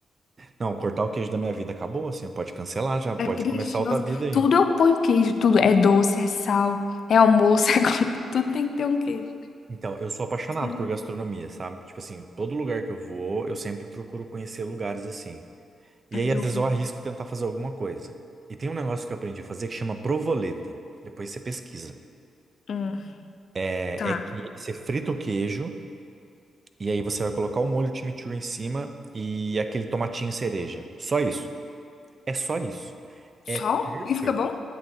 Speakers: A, on the right; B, on the left.
A: Não, cortar o queijo da minha vida acabou, assim, pode cancelar já, pode
B: É triste.
A: começar outra
B: Nossa,
A: vida aí.
B: tudo eu ponho queijo, tudo. É doce, é sal, é almoço, <laughs> é... co- tudo tem que ter um queijo.
A: Então, eu sou apaixonado
B: Sério.
A: por gastronomia, sabe? Tipo assim, todo lugar que eu vou, eu sempre procuro conhecer lugares assim. E aí,
B: Ju...
A: às vezes, eu arrisco tentar fazer alguma coisa. E tem um negócio que eu aprendi a fazer que chama provoleta. Depois você pesquisa.
B: Hum,
A: É,
B: tá.
A: é que você frita o queijo e aí você vai colocar o molho chimichurri em cima e aquele tomatinho cereja. Só isso. É só isso.
B: Só?
A: É perfeito.
B: E fica bom?